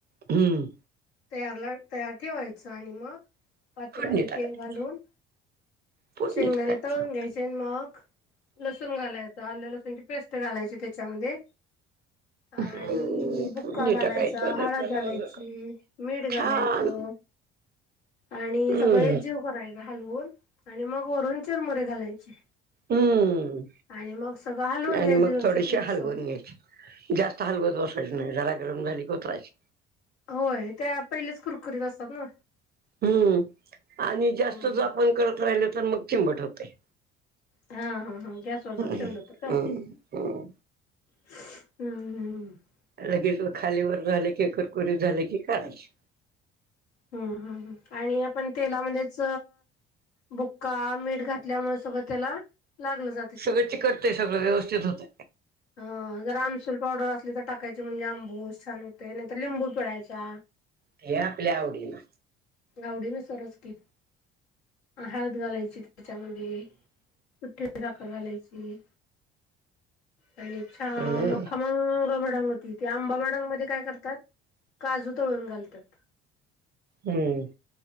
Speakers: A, on the right; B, on the left.
A: हम्म.
B: तयारला तयार ठेवायचं आणि मग पातीलामध्ये
A: फोडणी टाकायची
B: तेल घालून,
A: फोडणी
B: शेंगदाणे
A: टाकायचं
B: तळून घ्यायचे. चेन मग लसूण घालायचं, आल्या लसूणची पेस्ट घालायची त्याच्यामध्ये आणि
A: हम्म
B: बुक्का
A: फोडणी
B: घालायचा,
A: टाकायचं त्याच्यानं
B: हळद घालायची
A: मग
B: मीठ घालायचं.
A: छान
B: आणि
A: हम्म
B: सगळं एक जीव. कराय हालवून आणि मग वरून चिरमुरे घालायचे.
A: हम्म
B: आणि मग सगळं हालवून
A: आणि
B: घ्यायचे,
A: मग थोडेसे
B: सगळं मिक्सळुन.
A: हलवून जास्त हलवत बसायचं नाही. जरा गहून झाली कोतराच
B: होय त्या पहिलेच कुरकुरीत असतात ना.
A: हम्म आणि जास्तच
B: हम्म हम्म.
A: आपण करत, राहिले तर मग चिंबट होते.
B: हा हा हा गॅस वरच
A: हम्म
B: ठेवलं होत का? हम्म हम्.
A: लगेच व खालीवर झाले, की कुरकुरीत झाले की काढायचे.
B: हम्म हम् आणि आपण तेलामध्येच. बुक्का मीठ घातल्यामुळे, सगळं त्याला लागलं जातं.
A: सगळे चिकटते सगळं, व्यवस्थित होत.
B: अ जर आमसूल पावडर असली तर टाकायची म्हणजे, आंबूस छान होते नाहीतर लिंबू पिळायचा.
A: हे आपल्या आवडीला
B: आवडी न सरच की हळद घालायची, त्याच्या म कुठे साखर घालायची. आणि छान
A: हम्म
B: मख खमंग भडांग होती, ते आंबा भडांगमध्येध्ये काय करतात. काजू तळून घालतात.
A: हम्म.